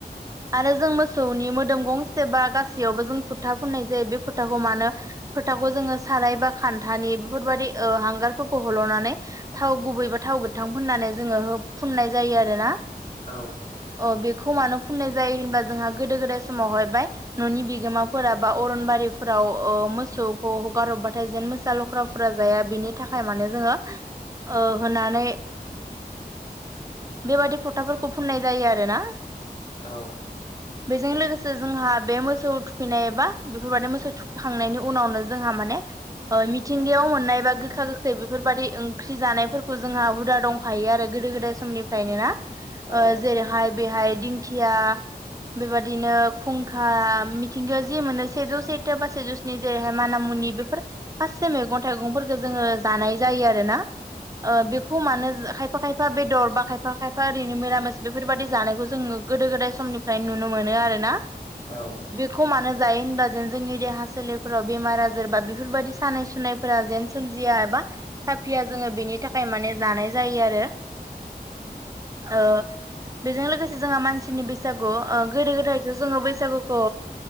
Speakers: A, on the right; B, on the left.
A: आरो जों मोसौनि मोदोम गंसे बा गासैयावबो जों फुरथा फुननाय जायो बे फुर्थाखौ मानो फोथावखौ जोङो सानाय बा खान्थानि बेफोरबायाददि हांगारफोरखौ हल'नानै थाव गुबै बेबा थाव गोथां फुननानै जोङो हो फुननाय जायो आरो ना
B: औ
A: अ बेखौ मानो फुननाय जायो होनबा जोंहा गोदो गोदाय समावहाय बाय न'नि बिगोमाफोरा बा अ बारिफोराव मोसौखौ हगारहरबाथाय जेन मोसा लख्राफोरा जाया बिनि थाखाय माने जोङो होननानै बेबायदि फट' फथाफोरखौ फुननाय जायो आरो ना
B: औ
A: बेजों लोगोसे जोंहा बे मोसौ थुखैनायबा बेफोरबादि मोसौ थुखैखांनायनि उनावनो जोंहा माने मिथिंगायाव मोननाय बा गोखा गोखै बेफोरबायदि ओंख्रि जानायफोरखौ जोंहा हुदा दं। दंखायो आरो गोदो गोदाय समनिफ्रायनो ना
B: औ
A: जेरैहाय बेहाय दिंखिया बेबायदिनो खुंखा मिथिंगायाव जि मोनो सेजौ सेथो बा सेजौ स्नि जेरैहाय माना मु नि बेफोर माससे मैगं थाइगंफोरखौो जोङो जानाय जायो आरो ना बेखौ मानो खायफा खायफा बेदर बा खायफा खायफा एा ओरैनो मिरामिस बेफोरबायदि जानायखौ जोङो गोदो गोदाय समनिफ्राय नुनो मोनो आरोना
B: औ
A: खमानो जायो होनबा जेन जोंनि देहा सोलेरफोराव बेमार आजार बा बेफोरबायदि सानाय सुनायफोरा जेन सोम ुया एबा साफिया जोङो बिनि थाखाय माने जानाय जायो आरो अ बेजों लोगोसे जोंहा मानसिनि बैसागु गोदो गोदायथ' जोङो बैसागुखौ